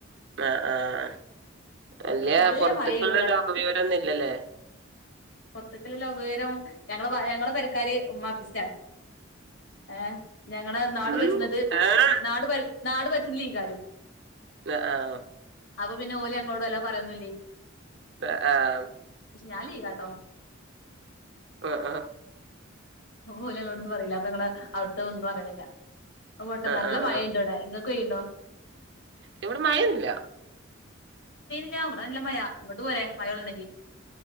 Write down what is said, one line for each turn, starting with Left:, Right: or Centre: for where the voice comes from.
Right: ആഹ് ആഹ് വല്യ
Left: ആഹ് നല്ല
Right: പൊർത്ക്ള്ള
Left: മഴയുണ്ട്
Right: ലോഗവിവരൊന്നുല്ലല്ലേ?
Left: പൊർത്ക്ക് ല്ല ലോകവിവരം ഞങ്ങള് വാ ഞങ്ങള്
Right: ഉം ആ
Left: !!!!!!!!!!!!!!!!!!!!!
Right: ന ആഹ്
Left: അപ്പൊ പിന്നെ ഓല് യങ്ങോട് വല്ലാ പറയുന്നില്ലേ
Right: പെ ആം
Left: പക്ഷെ ഞാൻ ലീഗാട്ടോ
Right: ആഹ്
Left: ഓല് എന്നോടൊന്നും പറയില്ല അപ്പ നിങ്ങളാ അവടത്തെ ഒന്നും <unintelligible> പോട്ടെ
Right: ആഹ്
Left: നല്ല
Right: ആഹ്
Left: മഴയുണ്ട്
Right: ആഹ്
Left: ഇവിടെ ഇങ്ങക്ക് പെയ്യുണ്ടോ
Right: ഇവിടെ മയന്നുംല്ല
Left: <unintelligible> നല്ല മഴ ഇങ്ങോട്ട് പോലെ മഴ കൊള്ളണങ്കി